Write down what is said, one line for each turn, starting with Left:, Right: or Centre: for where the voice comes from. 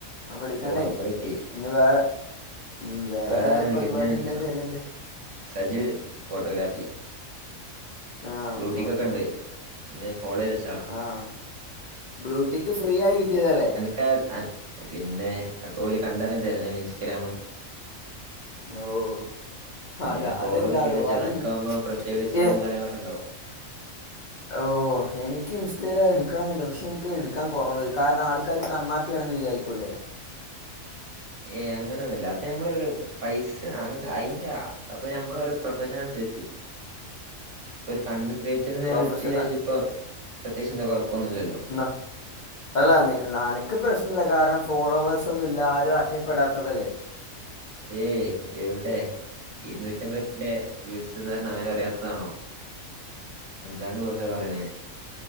Left: വിളിക്കണ്ടേ
Right: ഓ നമ്പർ കിട്ടി
Left: ഞ്ഞി വേ മ് വേറെതോ
Right: വേറെ ആരെ വിളിക്കണം
Left: പരിപാടിണ്ടെ
Right: ഇന്നെ വിളിക്കണം
Left: തരെണ്ട്
Right: സജിൽ ഫോട്ടോഗ്രാഫി
Left: ആഹ്
Right: ബ്ലൂടിക്കൊക്കെ
Left: ഓക്കെ
Right: ണ്ട് ഒന്ന് ഫോളോയ്തചാ
Left: ആഹാ ബ്ലൂടിക്ക് ഫ്രീ ആയി കിട്ടിയതല്ലേ?
Right: <unintelligible> പിന്നെ അക്കോല് കണ്ടറിഞ്ഞ് തരാനാലെ ഇൻസ്റ്റഗ്രാമ്
Left: ഓഹ്
Right: പിന്നെ
Left: അതാ
Right: ഒന്ന് ഫോളോ
Left: അതെന്താറിയോ
Right: ചെയ്ത് വെച്ചാളാ
Left: അത്
Right: അനക്കാവുമ്പോ പ്രത്യേക
Left: <unintelligible>
Right: ഡിസ്കൗണ്ടും കാര്യങ്ങളൊക്കെ
Left: <inaudible>
Right: ഉണ്ടാവും
Left: ഓഹ് എനിക്ക് ഇൻസ്റ്റഗ്രായിൽ ആഹ് ഇട്ക്കണന്ന്ണ്ട് പഷെ ഇൻക്ക് എടുക്കാൻ കൊറവ് കാരണം ആൾക്കാര് കണ്ണാപിണെന്ന് വിചാരിക്കുല്ലേ
Right: ഏയ് അങ്ങനൊന്നുംല്ല അത് നമ്മള്ത് പൈസ അയ്ന്റെ അപ്പൊ ഞമ്മള് ഒരു പ്രൊഫഷനനുസരിച്ച് ഇപ്പൊ ഒരു കണ്ടൻക്രീയേറ്ററ് ഞാൻ
Left: പ്രൊഫഷണൽ
Right: എടുത്ത് വിചാരിച്ച് പ്രത്യേയ്ച്ച് ന്താ കൊഴപ്പൊന്നുമല്ലല്ലോ
Left: ന്ന അല്ല നി അനക്ക് പ്രശ്നല്ല കാരണം ഫോളോവേഴ്സൊന്നും ല്ല ആരും അറിയപ്പെടാത്തതല്ലേ
Right: ഏയ് എവിടെ ഇരുന്നൂറ്റെമ്പേകെ വ്യൂസ് എന്ന് പറഞ്ഞ ആരും അറിയാത്തതാണോ എന്താണ് ബോസേ പറിണേ